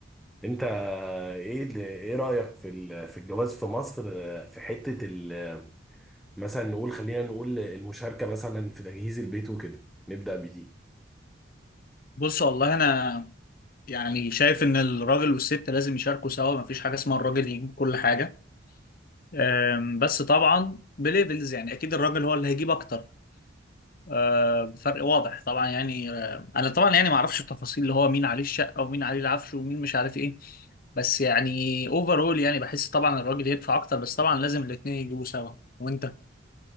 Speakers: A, in the centre; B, on the left.
A: انت ايه ال- ايه رأيك في ال- في الجواز في مصر آه، في حتة ال- مثلا نقول خلينا نقول المشاركة مثلا في تجهيز البيت وكده نبدأ بدي
B: بص والله انا يعني شايف ان الراجل والست لازم يشاركوا سوا مفيش حاجه اسمها الراجل يجيب كل حاجه أم، بس طبعا بليفلز يعني اكيد الراجل هو اللي هيجيب اكتر أم، فرق واضح طبعا يعني أم، انا طبعا يعني ما اعرفش التفاصيل اللي هو مين عليه الشقه ومين عليه العفش ومين مش عارف ايه بس يعني اوفرول يعني بحس طبعا الراجل يدفع اكتر بس طبعا لازم الاتنين يجيبوا سوا وانت